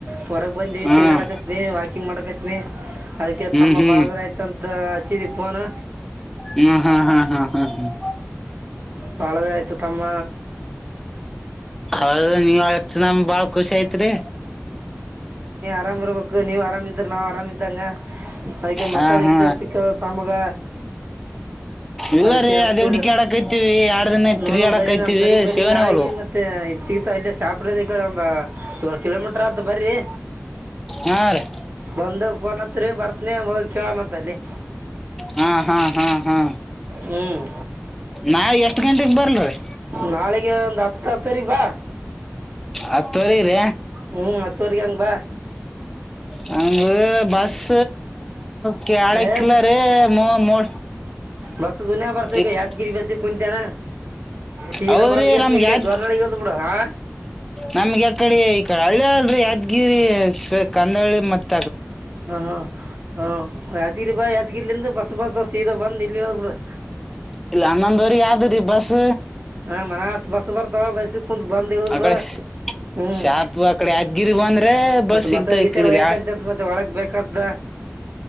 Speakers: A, on the right (about 50°); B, in the centre.
A: ಹೊರಗ್ ಬಂದಿವವಿ
B: ಹ್ಮ್
A: ತಿಗಾಡಕತ್ತ ವಾಕಿಂಗ್ ಮಾಡಕ ಕನಿ ಅದಕ್ಕೆ
B: ಹ್ಮ್
A: ತಮ್ಮ
B: ಹ್ಮ್
A: ಬಾಳ ದಿನ ಆಯ್ತಂತ ಹಚ್ಚಿದಿ ಫೋನ್
B: ಹ್ಮ್ ಹ್ಮ್ ಹ್ಮ್ ಹ್ಮ್ ಹ್ಮ್ ಹ್ಮ್
A: ಬಾಳದೇ ಆಯ್ತು ತಮ್ಮ
B: ಅವ ನೀವ್ ಹಚ್ ನಮಗ ಬಾಳ ಖುಷಿ ಆತ್ರಿ
A: ಆರಾಮರಬೇಕು ನೀವು ಆರಾಮ ಇದ್ರ ನಾವ್ ಆರಾಮ್ದಂಗ ಅದ್ಕ್ಕೆ ಮಸಾಲೆ
B: ಹಾ ಹಾ
A: ಗೀಸಲ್ ಸಿಕ್ಕ ತಮ್ಮಗ
B: ಇಲ್ಲ
A: ಅದಕ್ಕೆ
B: ರೀ
A: ಅಂತ
B: ಅದೇ ಹುಡುಕಿ ಆಡಕೈತಿವಿ ಎರಡ್ ದಿನ
A: ನೋಡಮ
B: ತಿರ್ಗಾಡಕೈತಿವಿ
A: ಬರಿ ನಮ ಕಡೆಗ್ ಬರಿ
B: ಶಿವನ
A: ನಾಳಗ
B: ಹೊಲು
A: ಮತ್ತೆ ಸಿಗತಾ ಇಲ್ಲ ಶಾಪುರ್ ಈ ಕಡೆ ಒಂದ ಏಳ ಕಿಲೋಮೀಟರ್ ಆತ್ ಬರ್ರಿ
B: ಹಾ ರೀ
A: ಒಂದ ಫೋನ್ ಹಚ್ಚ ರೀ ಬರ್ತ್ನ ಕೇಳಂತಲ್ಲಿ
B: ಹಾ ಹಾ ಹಾ ಹಾ
A: ಹ್ಮ್
B: ನಾ ಎಷ್ಟ್ ಗಂಟೆಗ್ ಬರ್ಲ್ರಿ
A: ನಾಳೆಗೆ ಒಂದು ಹತ್ತ ಹತ್ ಹತೂವರೀಗ ಬಾ
B: ಹತ್ತುವರೆಗ್ರ
A: ಹ್ಮ್ ಹತ್ತುವರಿ ಹಂಗ ಬಾ
B: ನಮ್ಗ ಬಸ್ ಕ ಆಳ
A: ಏ
B: ಕಲ ರ ಮೋ ಮೋ
A: ಬಸ್ಸ ದುನ ಬರ್ತಗ
B: ಇಕ್
A: ಯಾದಗಿರಿ ಬಸ್ಸ ಕುಂತನ ಸೀತಾ
B: ಹೌದ್ರಿ
A: ಬಂದ್ಗೆಸನ
B: ನಮ್ಗ್
A: ಇಲ್ಲೇ
B: ಯಾದ್
A: ದ್ವರ್ನಳಗ್್ದ್ ಬಿಡು ಹಾ
B: ನಮ್ಗೆ ಅಕಡೆ ಈಡೆ ಹಳ್ಳಿ ಅಲ್ರಿ ಯಾದ್ಗಿರಿ ಕಂದಳಿ ಮತ್ೆ
A: ಹಾ ಹಾ ಹ್ ಯಾತ್ಗಿರಿ ಬಾ ಯಾತ್ಗಿರಿಲಿಂದ ಬಸ್ ಬಾತ್ ಸೀದಾ ಬಂದ ಇಲ್ಲಿ ಇದ್ ಬಿಡ ಹ
B: ಇಲ್ಲ ಅನ್ನಂದರಿ ಯಾವ್ದರಿೀ ಬಸ್
A: ಹಾಂ ಮನಸ್ ಬಸ ಬರ್ದ ಬೈಸು ಕು ಬಂದ್ಗ
B: ಆ
A: ಬಿಡ
B: ಕಡೆ
A: ಹ್ಮ್
B: ಶಾಪ್ ಆ ಕಡೆ ಯಾದಗಿರಿ ಬಂದ್ರೆ ಬಸ್
A: ಮತ್ತ
B: ಸಿಗ್ತಾ
A: ಮಸಾಲಿಗೆ
B: ಈ
A: ಸೇವ
B: ಕಡೆ
A: ಯಾಕಂತ
B: ಯಾ
A: ಮತ್ತೆ ಒಳಗ್ ಬೇಕಡಿಪ